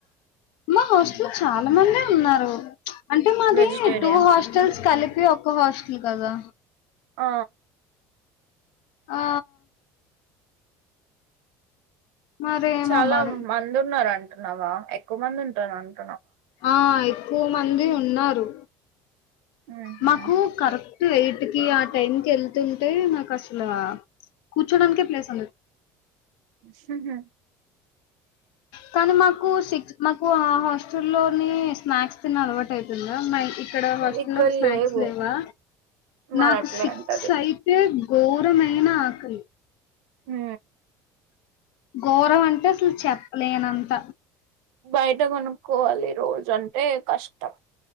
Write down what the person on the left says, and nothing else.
మా హాస్టల్ చాలా మంది ఉన్నారు అంటే మాది
టూ హాస్టల్స్ కలిపి ఇది ఒక్క హాస్టల్ కదా
ఆ మరేమో
మరి.
ఆ ఎక్కు మంది ఉన్నారు.
మాకు కరెక్ట్ ఎయిట్ కీ ఆ టైం కెల్ తుంటే మాక్ అసల కూర్చోడానికే ప్లేస్ ఉండ
కనీ మాకు సిక్స్ మాకు ఆ హాస్టల్లోనే స్నాక్స్ తిన్ అలవాటైతుందా మై ఇక్కడ హాస్టల్లో
స్నాక్స్
లేవా
నాకు
సిక్స్
అయితే ఘోరమైన ఆకలి
ఘోరమంటే అసల్ చెప్పలేనంత.